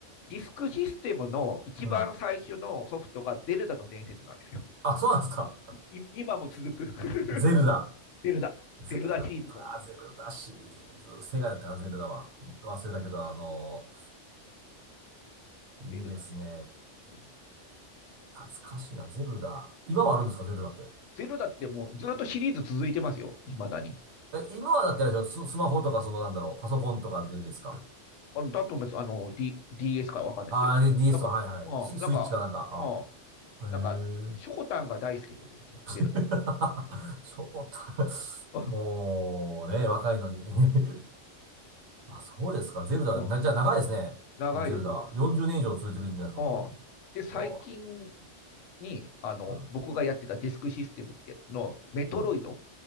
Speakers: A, on the left (about 85°); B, on the right (about 70°).
A: ディスクシステムの一番最初のソフトがゼルダの伝説なんですよ。
B: うん。あ、そうなんですか。
A: い今も続く <laughs>
B: ゼルダ。
A: ゼルダ。
B: ゼルダ、
A: ゼルダシリーズの
B: ゼルダシリーズ。セガだったかな、ゼルダは。忘れたけど、あのーいいですね。
A: ゼルダですよ。うん。
B: 懐かしいな、ゼルダ。今はあるんですか、
A: なんで、
B: ゼルダって。
A: ゼルダってもうずっとシリーズ続いてますよ。未だに。
B: え、今はだってあれでしょ、ス、スマホとか、その、なんだろう、パソコンとかでですか。
A: あだと思います。あの、D、DS かわかんないですけど。
B: ああー、で DS
A: なんか、
B: と、はいはい。
A: まあ、
B: ス、スイッチかなんか。
A: なんか、まあ、
B: あ、へ
A: なんか、ショコタンが大好きとか言ってましたよ、
B: え。<laughs>
A: ゼルダは。
B: 超た、
A: <laughs>
B: もうね、若いのに <laughs> あ、そうですか。ゼルダ、
A: うん
B: な、じゃあ長いですね。
A: 長いですよ。
B: もうゼルダ。40年以上続いてるんじゃないですかそんなもん。
A: うんで、最近
B: うわ
A: に、あの、
B: あ、うん、
A: 僕がやってたディスクシステムっていうの、メトロイド
B: うん。